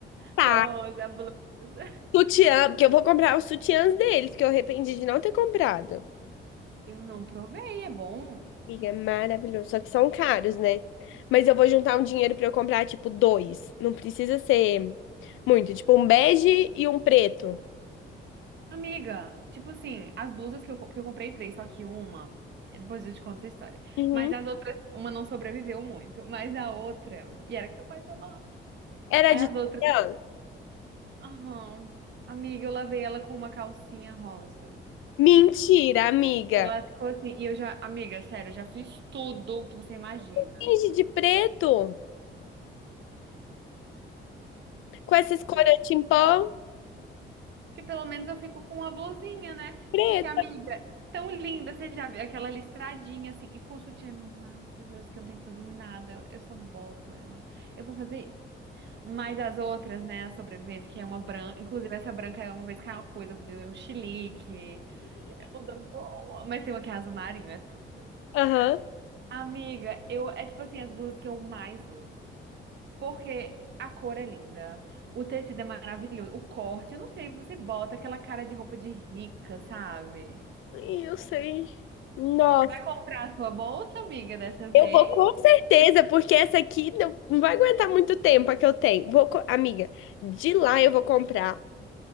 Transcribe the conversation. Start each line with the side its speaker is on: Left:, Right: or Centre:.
Left: Tá,
Right: bolsa, blusa.
Left: sutiã, porque eu vou comprar os sutiãs deles, que eu arrependi de não ter comprado.
Right: Eu não provei, é bom.
Left: Amiga, é maravilhoso. Só que são caros, né? Mas eu vou juntar um dinheiro pra eu comprar, tipo, dois. Não precisa ser muito. Tipo, um bege e um preto.
Right: Amiga, tipo assim, as blusas que eu, co- que eu comprei três, só que uma, depois eu te conto essa história.
Left: Uhum.
Right: Mas as outras, uma não sobreviveu muito, mas a outra, e era capaz de uma lavar.
Left: Era
Right: Aí
Left: de
Right: as outras,
Left: titã?
Right: aham. Amiga, eu lavei ela com uma calcinha rosa.
Left: Mentira, amiga.
Right: E Ela ficou assim, e eu já, amiga, sério, eu já fiz tudo que você imagina.
Left: Finge de preto. Com esses
Right: Mesmo.
Left: corantes em pó.
Right: Que pelo menos eu fico com uma blusinha, né?
Left: Preto.
Right: Porque, amiga, tão linda, você já viu aquela listradinha assim, e com o sutiã é maravilhoso, que eu não tenho que fazer nada, eu só boto ela. Eu vou fazer isso. Mas as outras, né, as sobreviventes, que é uma branca, inclusive essa branca é uma vez que é uma coisa, deu um chilique, é toda boa, mas tem uma que é azul marinho, é tudo.
Left: Aham.
Right: Amiga, eu, é tipo assim, as blusas que eu mais uso. Porque a cor é linda, o tecido é maravilhoso, o corte, eu não sei, você bota aquela cara de roupa de rica, sabe?
Left: Ih, Eu sei. Nossa,
Right: Vai comprar a sua bolsa, amiga, dessa vez?
Left: eu vou com certeza, porque essa aqui não não vai aguentar muito tempo a que eu tenho. Vou, co- amiga, de lá eu vou comprar,